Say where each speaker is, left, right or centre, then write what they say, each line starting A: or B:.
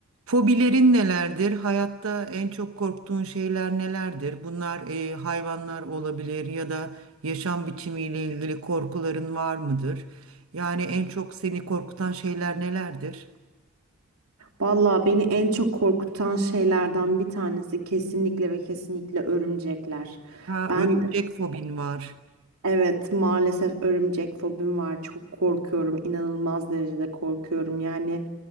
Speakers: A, on the right (about 70°); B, on the right (about 85°).
A: Fobilerin nelerdir? Hayatta en çok korktuğun şeyler nelerdir? Bunlar e, hayvanlar olabilir ya da yaşam biçimiyle ilgili korkuların var mıdır? Yani en çok seni korkutan şeyler nelerdir?
B: Vallahi beni en çok korkutan şeylerden bir tanesi kesinlikle ve kesinlikle örümcekler.
A: Ha,
B: Ben
A: örümcek fobin var.
B: evet maalesef örümcek fobim var. Çok korkuyorum. inanılmaz derecede korkuyorum. Yani